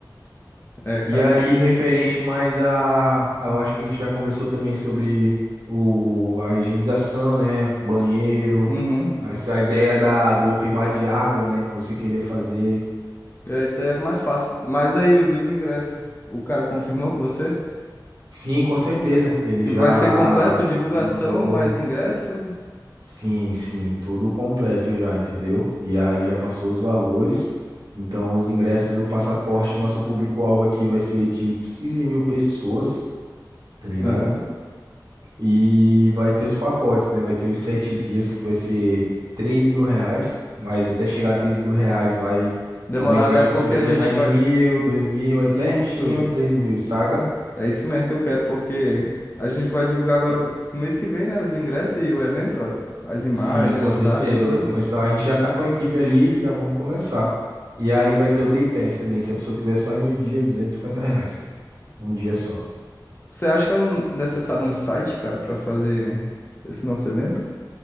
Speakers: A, on the left; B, on the right.
A: É, cara,
B: E aí,
A: tem...
B: referente mais a, a- eu acho que a gente já conversou também sobre o, a higienização, né? Banheiro,
A: Uhum.
B: a, essa ideia da, do open bar de água, né? Que você queria fazer.
A: É, isso aí é mais fácil. Mas aí o dos ingressos, o cara confirmou com você?
B: Sim, com certeza. Ele
A: E
B: já
A: vai ser completo, divulgação,
B: mandou.
A: mais ingresso?
B: Sim, sim, tudo completo já, entendeu? E aí já passou os valores. Então, os ingressos, o passaporte, nosso público-alvo aqui vai ser de 15 mil pessoas, tá ligado?
A: Aham.
B: E vai ter os pacotes, né? Vai ter os sete dias, que vai ser 3 mil reais, mas até chegar a 3 mil reais vai,
A: Demorar,
B: aumen- vai
A: né?
B: tipo
A: Porque
B: assim, vai começar
A: a gente
B: de
A: vai.
B: mil, dois mil, aí pertinho,
A: Isso.
B: 3 mil, saca?
A: É isso mesmo que eu quero, porque a gente vai divulgar agora no mês que vem, né? Os ingressos e o evento, ó, as imagens,
B: Sim, com
A: as
B: certeza,
A: artes, tudo.
B: vai começar. A gente já tá com a equipe ali, já vamos começar. E aí vai ter o Day Pass também, se a pessoa quiser só ir no dia, duzentos e cinquenta reais, um dia só.
A: Você acha que é um- necessário um site, cara, pra fazer esse nosso evento?